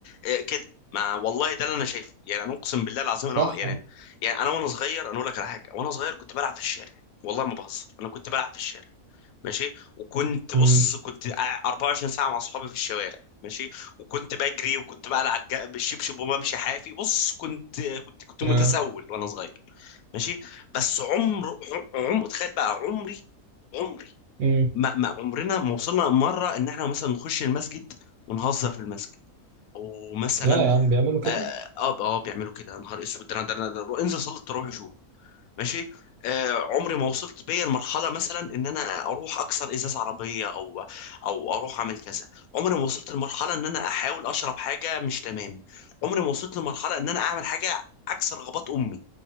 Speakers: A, on the left; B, on the right.
A: إيه كده ما والله ده اللي انا شايفه يعني انا اقسم بالله العظيم
B: صح
A: انا يعني يعني انا وانا صغير انا اقول لك على حاجه وانا صغير كنت بلعب في الشارع والله ما بهزر انا كنت بلعب في الشارع ماشي وكنت بص
B: امم
A: كنت قاع- 24 ساعه مع اصحابي في الشوارع ماشي وكنت بجري وكنت بقلع الج- بالشبشب وبمشي حافي بص كنت كنت كنت
B: اه
A: متسول وانا صغير ماشي بس عمر عمر تخيل بقى عمري عمري
B: امم
A: ما, ما عمرنا ما وصلنا مرة ان احنا مثلا نخش المسجد ونهزر في المسجد ومثلا
B: لا يا عم بيعملوا كده
A: اه اه آه، بيعملوا كده يا نهار اسود ده انا ده أنا- ده أنا- انزل صلي التراويح شوف ماشي آه عمري ما وصلت بيا المرحلة مثلا ان انا اروح اكسر ازاز عربية او او اروح اعمل كذا عمري ما وصلت لمرحلة ان انا احاول اشرب حاجة مش تمام عمري ما وصلت لمرحلة ان انا اعمل حاجة عكس رغبات امي